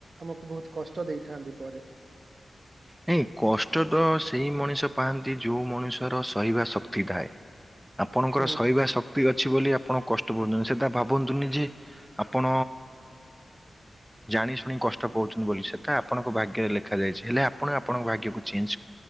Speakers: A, on the right; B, in the centre.
A: ଆମକୁ ବହୁତ କଷ୍ଟ ଦେଇଥାନ୍ତି ପରେ ।
B: ନାଇଁ କଷ୍ଟ । ତ ସେଇ ମଣିଷ ପାଆନ୍ତି, ଯୋଉ ମଣିଷର ସହିବା ଶକ୍ତି ଥାଏ । ଆପଣଙ୍କର
A: ହୁଁ
B: ସହିବା ଶକ୍ତି ଅଛି ବୋଲି, ଆପଣ କଷ୍ଟ ପାଉଚନି, ସେଇଟା ଭାବନ୍ତୁନି ଯେ ଆପଣ ଜାଣି ଶୁଣି କଷ୍ଟ ପାଉଛନ୍ତି ବୋଲି ସେଟା ଆପଣଙ୍କ ଭାଗ୍ୟରେ ଲେଖା ଯାଇଛି । ହେଲେ ଆପଣ ଆପଣଙ୍କ ଭାଗ୍ୟକୁ ଚେଞ୍ଜ,